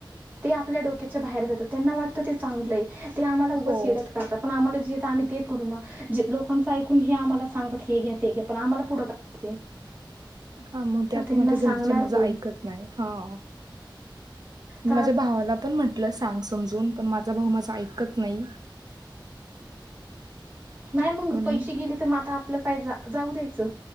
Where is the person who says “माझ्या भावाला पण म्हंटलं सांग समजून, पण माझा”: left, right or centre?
Right